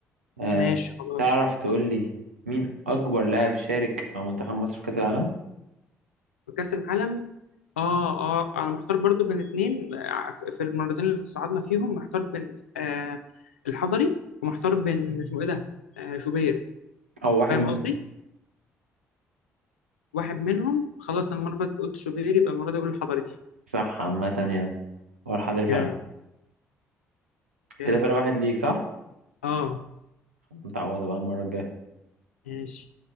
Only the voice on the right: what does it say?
آه
تعرف تقول لي مين أكبر لاعب شارك مع منتخب مصر في كأس العالم؟
هو واحد
منهم
صح عامة يعني هو الحضري فعلا
كده فرق واحد ليك صح
متعوضة بقى المرة الجاية